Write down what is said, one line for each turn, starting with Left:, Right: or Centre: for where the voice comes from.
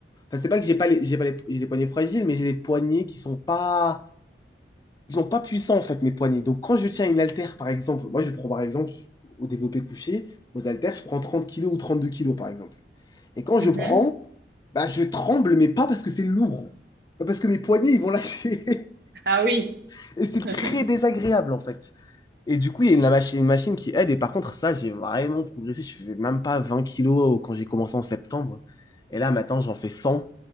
Left: Enfin, c'est pas que j'ai pas les, j'ai pas les, j'ai les poignets fragiles, mais j'ai les poignets qui sont pas ils n'ont pas puissant en fait mes poignets. Donc quand je tiens une haltère par exemple, moi je prends par exemple au développé couché, aux haltères, je prends 30 kilos ou 32 kilos par exemple. Et quand
Right: Mhm.
Left: je prends, bah, je tremble, mais pas parce que c'est lourd. Pas parce que mes poignets, ils vont lâcher.
Right: Ah oui.
Left: <laughs> et c'est
Right: <laughs>
Left: très désagréable en fait. Et du coup, il y a une, la machi- une machine qui aide. Et par contre, ça, j'ai vraiment progressé. Je faisais même pas 20 kilos quand j'ai commencé en septembre. Et là, maintenant, j'en fais 100,